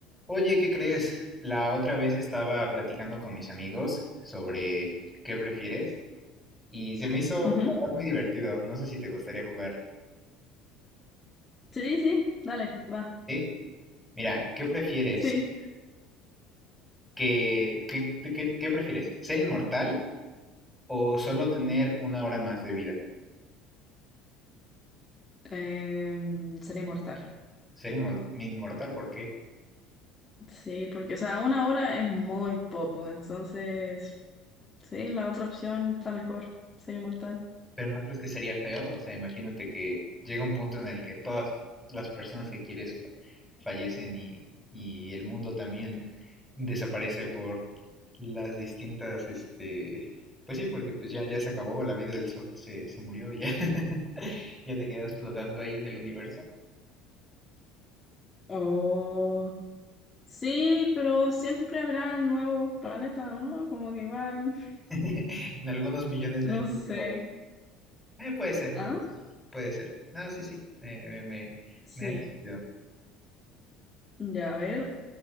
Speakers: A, in the centre; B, on the left.
A: Oye, ¿qué crees? La otra vez estaba platicando con mis amigos sobre qué prefieres y se me hizo,
B: Ujú.
A: la verdad, muy divertido. No sé si te gustaría jugar.
B: Sí, sí, dale, va.
A: ¿Sí? Mira, ¿qué prefieres?
B: Sí.
A: ¿Qué, qué, qué- qué prefieres? ¿Ser inmortal o solo tener una hora más de vida?
B: Em, sería inmortal.
A: Ser inmo- inmortal, ¿por qué?
B: Sí, porque, o sea, una hora es muy poco, entonces, sí, la otra opción está mejor, ser inmortal.
A: Pero no crees que sería feo, o sea, imagínate que llega un punto en el que todas las personas que quieres fa- fallecen y, y el mundo también desaparece por las distintas, este, pues sí, porque pues ya, ya se acabó, la vida del sol se, se murió y ya, <laughs> ya te quedas flotando ahí en el universo.
B: Oh, sí, pero siempre habrá nuevos planetas, ¿o ¿no? Como que igual,
A: <laughs> En algunos millones
B: no
A: de años
B: sé.
A: digo, "Eh, puede ser,
B: ¿Ah?
A: puede ser, puede ser. No, sí, sí, me, me, me,
B: Sí,
A: me hace sentido.
B: ya, a ver,